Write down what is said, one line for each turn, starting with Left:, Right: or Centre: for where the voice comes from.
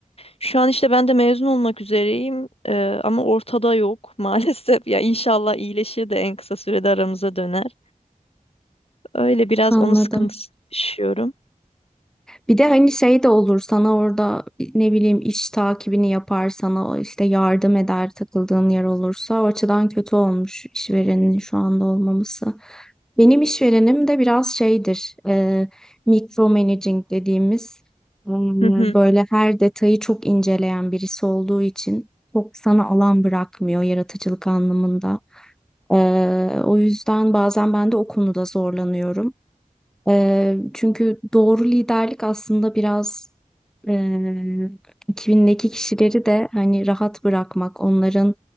Left: Şu an işte ben de mezun olmak üzereyim e, ama ortada yok maalesef. <laughs> Ya inşallah iyileşir de en kısa sürede aramıza döner. Öyle biraz
Centre: anladım.
Left: onun sıkıntısı yaşıyorum.
Centre: Bir de hani şey de olur sana orada ne bileyim iş takibini yapar sana işte yardım eder takıldığın yer olursa o açıdan kötü olmuş işverenin şu anda olmaması. Benim işverenim de biraz şeydir e, micromanaging dediğimiz e,
Left: Hı hı.
Centre: böyle her detayı çok inceleyen birisi olduğu için çok sana alan bırakmıyor yaratıcılık anlamında. E, o yüzden bazen ben de o konuda zorlanıyorum. Eee, çünkü doğru liderlik aslında biraz eee ekibindeki kişileri de hani rahat bırakmak, onların